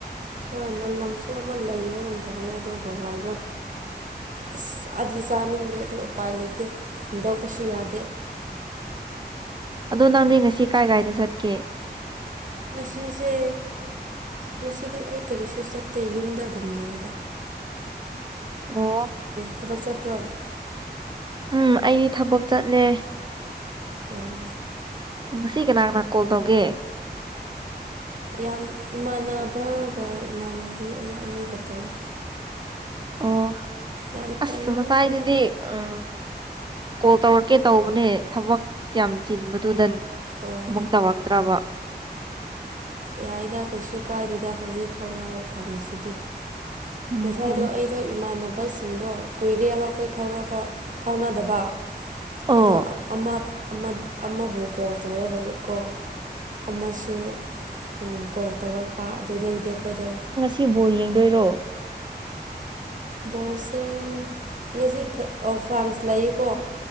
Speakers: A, on the right; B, on the right.
A: ꯍꯣꯏ ꯃꯅꯝꯁꯨ ꯑꯃ ꯂꯩꯕꯒꯨꯝ ꯇꯧꯋꯦ ꯑꯗꯨ ꯍꯋꯥꯏꯗꯣ ꯑꯁ ꯑꯗꯤ ꯆꯥꯅꯤꯡꯗꯦ ꯑꯗꯨ ꯎꯄꯥꯏ ꯂꯩꯇꯦ ꯍꯨꯟꯗꯣꯛꯄꯁꯨ ꯌꯥꯗꯦ
B: ꯑꯗꯣ ꯅꯪꯗꯤ ꯉꯁꯤ ꯀꯥꯏ ꯀꯥꯏꯗ ꯆꯠꯀꯦ
A: ꯉꯁꯤꯁꯦ ꯉꯁꯤꯗꯤ ꯑꯩ ꯀꯔꯤꯁꯨ ꯆꯠꯇꯦ ꯌꯨꯝꯗ ꯑꯗꯨꯝ ꯂꯩꯌꯦꯗ
B: <unintelligible> ꯑꯣ
A: ꯊꯕꯛ ꯆꯠꯄ꯭ꯔꯣ ꯑꯣ
B: ꯎꯝ ꯑꯩ ꯊꯕꯛ ꯆꯠꯂꯦ
A: ꯑꯣ
B: ꯉꯁꯤ ꯀꯅꯥ ꯀꯅꯥ ꯀꯣꯜ ꯇꯧꯒꯦ
A: ꯌꯥꯝ ꯏꯃꯥꯟꯅꯕꯒ ꯏꯃꯥꯟꯅꯕꯤ ꯑꯃ ꯑꯅꯤꯒ ꯇꯧꯋꯦ
B: ꯑꯣ
A: ꯌꯥꯝ
B: ꯑꯁ
A: ꯇꯧꯕ
B: ꯃꯆꯥꯥꯏꯗꯨꯗꯤ
A: ꯅꯠꯇꯦꯗ
B: ꯎꯝ ꯀꯣꯜ ꯇꯧꯔꯛꯀꯦ ꯇꯧꯕꯅꯦ ꯊꯕꯛ ꯌꯥꯝ ꯆꯤꯟꯕꯗꯨꯗꯟ
A: ꯑꯣ
B: ꯑꯃꯨꯛ ꯇꯧꯔꯛꯇ꯭ꯔꯕ
A: ꯌꯥꯏꯗ ꯀꯩꯁꯨ ꯀꯥꯏꯗꯦꯗ ꯍꯧꯖꯤꯛ ꯊꯣꯛꯂꯥꯎꯑꯣ ꯐꯪꯉꯤꯁꯤꯗꯤ
B: ꯎꯝ
A: ꯉꯁꯥꯏꯗꯣ
B: ꯎꯝ
A: ꯑꯩꯗꯣ ꯏꯃꯥꯟꯅꯕꯁꯤꯡꯗꯣ ꯀꯨꯏꯔꯦꯕ ꯑꯈꯣꯏ ꯐꯥꯎꯔꯕ ꯐꯥꯎꯅꯗꯕ
B: ꯑꯣ
A: ꯑꯗꯣ ꯑꯃꯥꯠ ꯑꯃꯗ ꯑꯃꯕꯨ ꯀꯣꯜ ꯇꯧꯔꯒ ꯀꯣ ꯑꯃꯁꯨ ꯎꯝ ꯀꯣꯜ ꯇꯧꯔꯛꯄ ꯑꯗꯨꯗꯒꯤꯗꯤ ꯑꯈꯣꯏꯗꯣ
B: ꯁꯤ ꯕꯣꯜ ꯌꯦꯡꯗꯣꯏꯔꯣ
A: ꯕꯣꯜꯁꯦ ꯉꯖꯤ ꯐꯠ ꯑꯣ ꯐ꯭ꯔꯥꯟꯁ ꯂꯩꯌꯦꯀꯣ